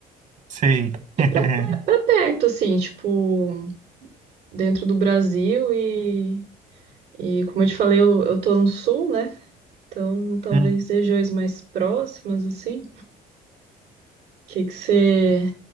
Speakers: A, on the right; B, on the right.
A: Sei.
B: E
A: <laughs>
B: pra, pe- pra perto, assim, tipo, dentro do Brasil e, e como eu te falei, eu, eu tô no sul, né? Então, talvez
A: Hum,
B: regiões mais próximas, assim. O que que você,